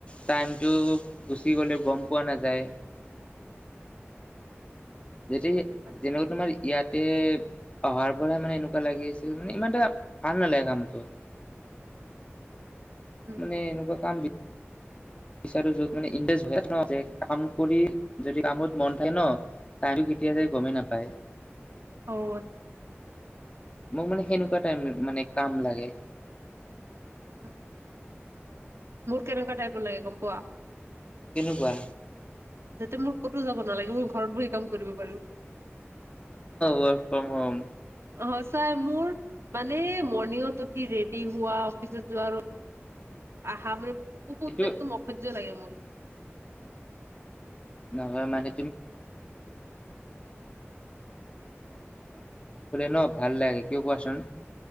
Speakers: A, on the left; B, on the right.
A: টাইটো গুি গ গম পোৱা নাযায় যেতিয়া
B: আচ্ছা,
A: যেনেকুৱা তোমাৰ ইয়াতে অহাৰ পৰা মানে এনেকুৱা লাগি আছিল মানে ইমান এটা ভাল নালাগে কামটো
B: উম,
A: মানে এনেকুৱা কাম বিচাৰো যত মানে ইনকাম কৰি যদি কামত মন থাকে ন টাইম কেতিয়া যায় গমেই নাপায়
B: অ', আচ্ছা,
A: মোক মানে সেনেকুৱা টাইম মানে কাম লাগে
B: অ মোৰ কেনেকুৱা টাইপৰ লাগে গম পোৱা
A: কেনেকুৱা
B: যাতে মোৰ ক'তো যাব নালাগে মই ঘৰত বহ সেই কাম কৰিব পাৰো
A: ৱৰ্ক ফ্ৰম হোম
B: অ সচাই মোৰ মানে মৰ্ণিঙত উঠি ৰেডি হোৱা অফিচত যোৱা আৰু আহা মানে বহুত
A: কিন্তু
B: একদম অসহ্য লাগে মোৰ
A: নহয় মানে ন ভাল লাগে কিয় কোৱাচোন